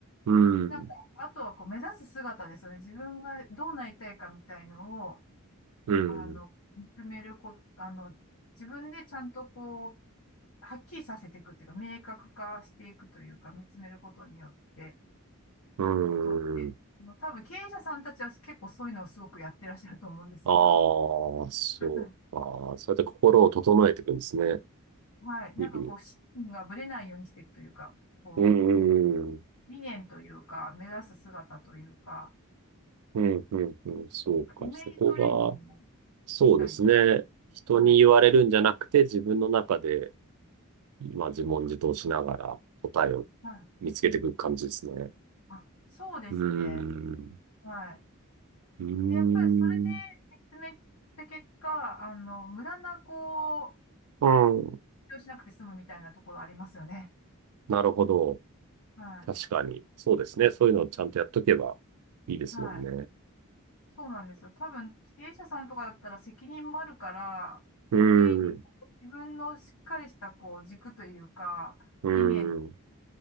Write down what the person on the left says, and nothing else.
なんか、あとはこう目指す姿ですよね。自分がどうなりたいかみたいのを、
あの、見つめるこ、あの、自分でちゃんとこう、はっきりさせていくっていうか、明確化していくというか、見つめることによって、
こと多分経営者さんたちは結構そういうのをすごくやってらっしゃると思うんですけど、
は
い。はい。なんかこう、
信念がぶれないようにしていくというか、こう、
理念というか、目指す姿というか、
イメージトレーニングを
したり。
はい。
はい。
あ、そうですね。
はい。
で、やっぱりそれで
見つめた結果、あの、無駄なこう、
勉強しなくて済むみたいなところありますよね。
は
い。はい。そうなんですよ。多分、経営者さんとかだったら責任もあるから、
余計にこう自分のしっかりしたこう軸というか、
理念、